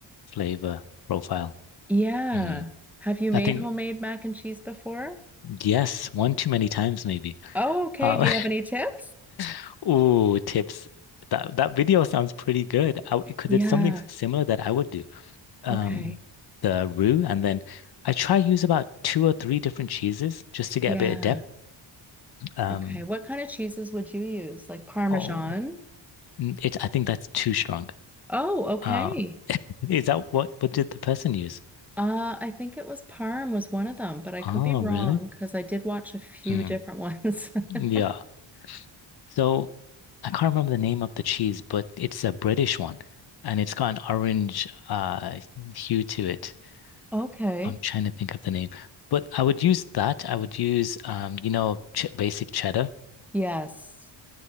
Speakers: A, on the left; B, in the centre.
A: flavor profile.
B: Yeah.
A: Mm.
B: Have you made
A: I think
B: homemade mac and cheese before?
A: yes, one too many times maybe.
B: Oh, okay.
A: Um,
B: Do you have any tips?
A: <laughs> ooh, tips. That that video sounds pretty good. I, because
B: Yeah.
A: it's something similar that I would do. Um,
B: Okay.
A: the roux, and then I try use about two or three different cheeses just to get
B: Yeah.
A: a bit of depth. Um,
B: Okay. What kind of cheeses would you use? Like Parmesan?
A: oh, n- it. I think that's too strong.
B: Oh, okay.
A: Um, is that what what did the person use?
B: Uh, I think it was Parm was one of them, but I could
A: Oh,
B: be wrong
A: really?
B: because I did watch a few
A: Mm,
B: different ones. <laughs>
A: yeah. So I can't remember the name of the cheese, but it's a British one, and it's got an orange uh hue to it.
B: Okay.
A: I'm trying to think of the name, but I would use that. I would use, um, you know, ch basic cheddar.
B: Yes.